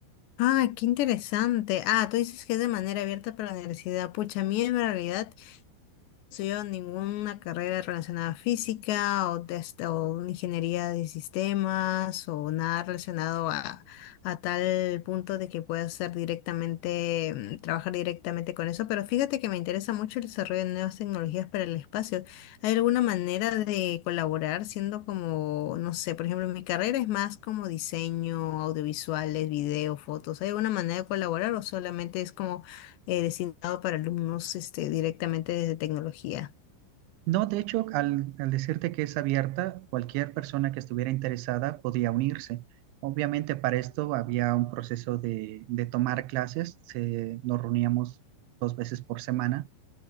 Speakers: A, on the left (about 70°); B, on the right (about 80°).
A: Ah, qué interesante. Ah, tú dices que es de manera abierta para la universidad. Pucha, a mí en realidad estudiado ninguna carrera relacionada a física o, de esta- o ingeniería de sistemas o nada relacionado a, a tal punto de que pueda ser directamente, mm, trabajar directamente con eso. Pero fíjate que me interesa mucho el desarrollo de nuevas tecnologías para el espacio. ¿Hay alguna manera de colaborar siendo como, no sé, por ejemplo, mi carrera es más como diseño, audiovisuales, video, fotos? ¿Hay alguna manera de colaborar o solamente es como eh, designado para alumnos este, directamente desde tecnología.
B: No, de hecho, al, al decirte que es abierta, cualquier persona que estuviera interesada podía unirse. Obviamente para esto había un proceso de, de tomar clases, se, nos reuníamos dos veces por semana